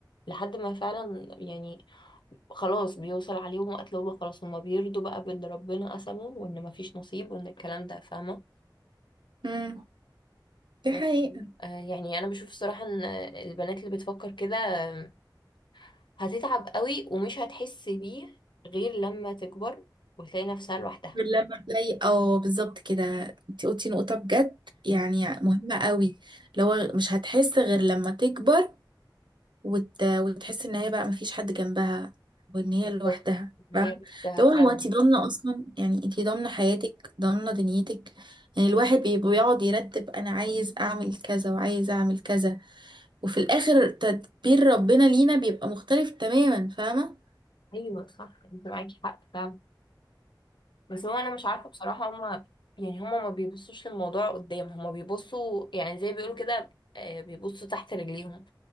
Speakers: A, on the left; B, on the right.
A: لحد ما فعلا يعني خلاص بيوصل عليهم وقت اللي هو خلاص هما بيرضوا بقى باللي ربنا قسمه وان مفيش نصيب وان الكلام ده فاهمة
B: امم دي
A: بس
B: حقيقة
A: آه، يعني انا بشوف الصراحة ان البنات اللي بتفكر كده آه، هتتعب قوي ومش هتحس بيه غير لما تكبر وتلاقي نفسها لوحدها
B: لما تلاقي اه بالظبط كده انت قلتي نقطة بجد يعني
A: امم
B: مهمة قوي لو مش هتحس غير لما تكبر وت... وتحس ان هي بقى مفيش حد جنبها وان هي
A: بالظبط
B: لوحدها
A: ان
B: فاهمة
A: هي لوحدها
B: لو
A: فعلا
B: هو هو انت ضامنة اصلا يعني انت ضامنة حياتك ضامنة دنيتك يعني الواحد بي- بيقعد يرتب انا عايز اعمل كذا وعايز اعمل كذا وفي الاخر تدبير ربنا لينا بيبقى مختلف تماما فاهمة
A: ايوه صح انت معاكي حق فعلا بس هو انا مش عارفة بصراحة هما يعني هما ما بيبصوش للموضوع قدام هما بيبصوا يعني زي بيقولوا كده آه، بيبصوا تحت رجليهم